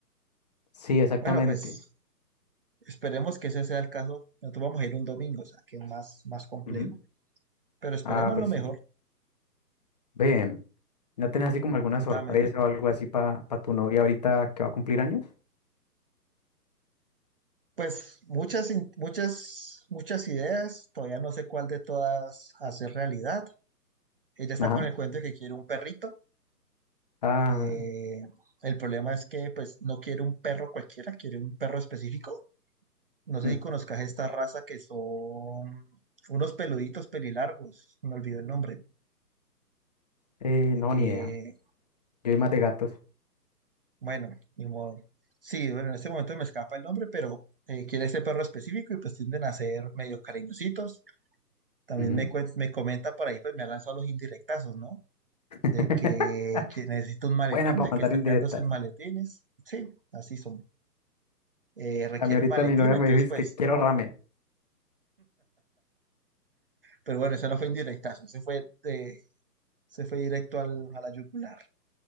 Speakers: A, on the left; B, on the right.
A: sí, exactamente.
B: Bueno, pues esperemos que ese sea el caso. Nosotros vamos a ir un domingo, o sea, que es más, más complejo.
A: Ujú.
B: Pero esperemos
A: Ah, pues
B: lo mejor.
A: sí. Ve, ¿no tenés así como alguna
B: Contame.
A: sorpresa o algo así para tu novia ahorita que va a cumplir años?
B: Pues muchas, in- muchas, muchas ideas. Todavía no sé cuál de todas hacer realidad. Ella está
A: Ajá.
B: con el cuento de que quiere un perrito.
A: Ah,
B: Eh, el problema es que pues no quiere un perro cualquiera, quiere un perro específico. No sé
A: mm,
B: si conozcas esta raza que son unos peluditos pelilargos. Me olvidó el nombre.
A: eh, no,
B: Eh,
A: ni idea. Yo soy más de gatos.
B: bueno, ni modo. Sí, bueno, en este momento me escapa el nombre, pero eh, quiere ese perro específico y pues tienden a ser medio cariñositos. También
A: Ujú.
B: me, cuen- me comenta por ahí, pues me ha lanzado los indirectazos, ¿no?
A: <laughs>
B: De que, que necesita un maletín,
A: Buena para
B: de
A: mandar
B: que está
A: indirectas.
B: quedando sin maletines. Sí, así son. Eh, requiere
A: A mí ahorita
B: un maletín,
A: mi novia
B: entonces
A: me dijo, es
B: pues.
A: que quiero ramen.
B: Pero bueno, eso no fue indirectazo, ese fue, de- ese fue directo al, a la yugular.